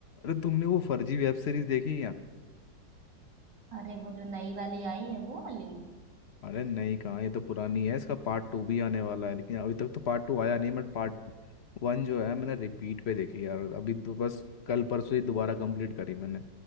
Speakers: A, on the left (about 65°); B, on the right (about 75°).
A: अरे तुमने वो फर्जी वेब सीरीज देखी क्या
B: अरे वो जो नई वाली आई है वो वाली
A: अरे नहीं कहाँ ये तो पुरानी है इसका पार्ट टू भी आने वाला है लेकिन अभी तक तो पार्ट टू आया नहीं बट पार्ट वन जो है मैंने रिपीट पे देखी यार अभी दो बस कल परसों ही दोबारा कंप्लीट करी मैंने